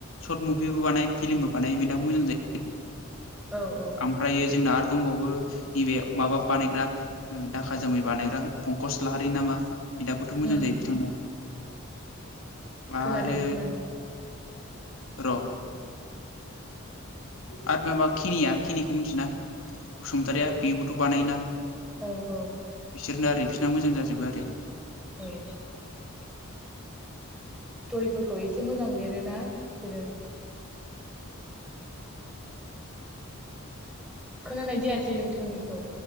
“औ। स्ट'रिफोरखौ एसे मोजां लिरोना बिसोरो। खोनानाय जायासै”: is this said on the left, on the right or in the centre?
Centre